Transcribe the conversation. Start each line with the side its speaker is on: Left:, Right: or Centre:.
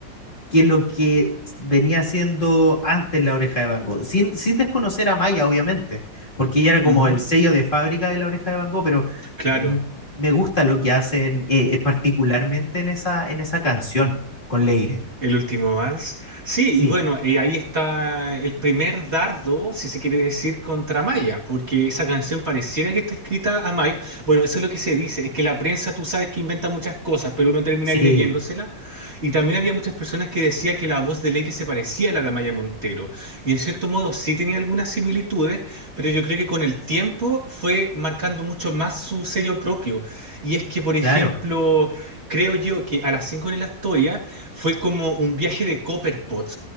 Left: que lo que venía haciendo antes La Oreja de Van Gogh, sin, sin desconocer a Maya, obviamente, porque ella era como
Right: ujú,
Left: el sello de fábrica de La Oreja de Van Gogh, pero
Right: Claro.
Left: mm, me gusta lo que hacen eh, eh, particularmente en esa, en esa canción con Leire.
Right: El último vals. Sí,
Left: Sí,
Right: y bueno, eh, ahí está el primer dardo, si se quiere decir, contra Maya, porque esa canción pareciera que está escrita a Maya. Bueno, eso es lo que se dice, es que la prensa tú sabes que inventa muchas cosas, pero uno termina
Left: sí,
Right: creyéndosela. Y también había muchas personas que decían que la voz de Leire se parecía a la de Maya Montero. Y en cierto modo sí tenía algunas similitudes, pero yo creo que con el tiempo fue marcando mucho más su sello propio. Y es que, por ejemplo,
Left: claro.
Right: creo yo que a las 5 en la historia fue como un viaje de Copperpot,